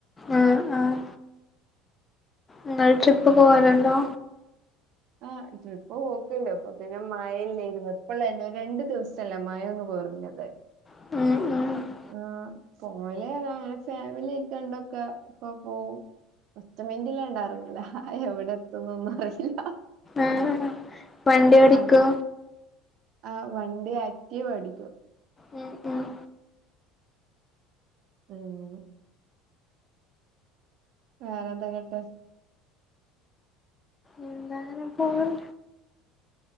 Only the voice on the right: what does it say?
ആഹ്
ആഹ് ട്രിപ്പ് പോക്കേ ഇല്ല ഇപ്പൊ പിന്നെ മയ അല്ലേയിരുന്നോ ഇപ്പള് അല്ല രണ്ടു ദിവസം -- സലഒന്ന് കൊറഞ്ഞത്
ആ പോലെരാ ആ ഫാമിലി കൊണ്ട് ഒക്കെ ഇപ്പൊ പോവും ഒച്ച മൈൻഡ് ഉള്ള എന്താ അറിയില്ല. എവിടെ എത്തുമ്പ ഒന്നും അറിയില്ല.
അ ആ വണ്ടി ആത്റീലപടിക്കും.
ഉം വേറെ എന്ത് ഒക്കെ എണ്ട്